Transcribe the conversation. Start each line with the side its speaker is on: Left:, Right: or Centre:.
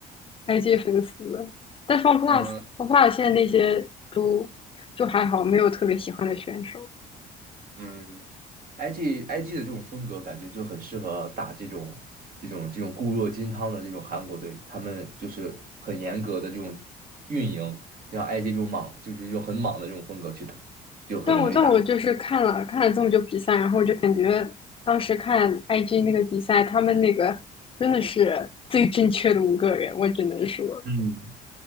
Left: IG 粉丝，但 FunPlus
Right: 嗯，
Left: FunPlus 现在那些都就还好，没有特别喜欢的选手。
Right: 嗯，IG IG 的这种风格感觉就很适合打这种这种这种固若金汤的这种韩国队，他们就是很严格的这种运营，让 IG 这种莽就是这种很莽的这种风格去打，就很容易打。
Left: 但我但我就是看了看了这么久比赛，然后我就感觉当时看 IG 那个比赛，他们那个真的是最正确的五个人，我只能说，
Right: 嗯，